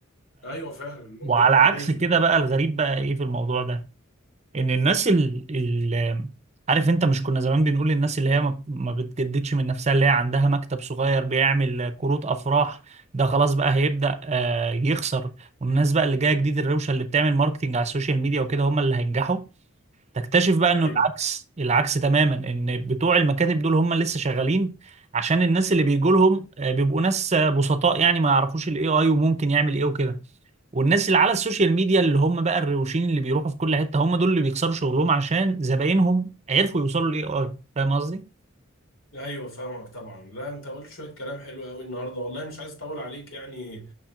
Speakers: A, on the left; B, on the right.
A: ايوه فعلا ممكن
B: وعلى عكس
A: جايز
B: كده
A: والله.
B: بقى الغريب بقى ايه في الموضوع ده ان الناس ال... ال... عارف انت مش كنا زمان بنقول الناس اللي هي ما ما بتجددش من نفسها اللي هي عندها مكتب صغير بيعمل كروت افراح ده خلاص بقى هيبدأ آه، يخسر والناس بقى اللي جايه جديد الروشه اللي بتعمل ماركتينج على السوشيال ميديا وكده هم اللي هينجحوا تكتشف بقى
A: ايوه
B: انه العكس العكس تماما ان بتوع المكاتب دول هم لسه شغالين عشان الناس اللي بيجوا لهم آه، بيبقوا ناس آه، بسطاء يعني ما يعرفوش الاي اي وممكن يعمل ايه وكده والناس اللي على السوشيال ميديا اللي هم بقى الروشين اللي بيروحوا في كل حتة هم دول اللي بيخسروا شغلهم عشان زباينهم عرفوا يوصلوا للاي اي فاهم قصدي؟
A: ايوه فاهمك طبعا لا انت قلت شويه كلام حلو قوي النهارده والله مش عايز اطول عليك يعني